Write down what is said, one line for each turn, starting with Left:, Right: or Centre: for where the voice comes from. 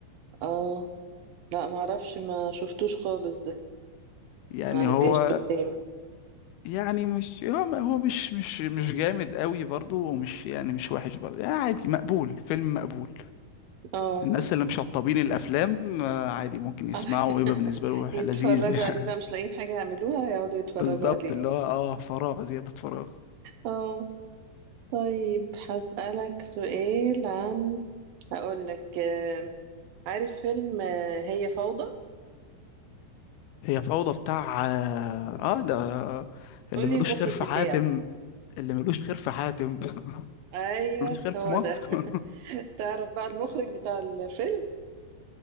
Right: اه لا ما اعرفش ما شفتوش خالص ده
Left: يعني
Right: ما
Left: هو
Right: جاش قدامي
Left: يعني مش هو ما- هو مش مش مش جامد قوي برضه ومش يعني مش وحش برضه يعني عادي مقبول فيلم مقبول
Right: اه
Left: الناس اللي مشطبين الافلام آه، عادي ممكن يسمعوا
Right: <laughs>
Left: ويبقى بالنسبه له
Right: يتفرجوا
Left: لذيذ يعني
Right: عليه بقى مش لاقيين حاجة يعملوها يقعدوا
Left: <laughs>
Right: يتفرجوا
Left: بالظبط
Right: عليه
Left: اللي هو اه فراغ زياده فراغ
Right: اه طيب هسألك سؤال عن هقولك آه، عارف فيلم آه، هي فوضى
Left: هي فوضى بتاع اه آه، ده اللي
Right: قولي
Left: ملوش
Right: المخرج
Left: خير في
Right: بتاعه
Left: حاتم اللي ملوش خير في حاتم <laughs>
Right: ايوه
Left: ملوش خير في
Right: هو
Left: مصر
Right: ده <laughs>
Left: <laughs>
Right: تعرف بقى المخرج بتاع الفيلم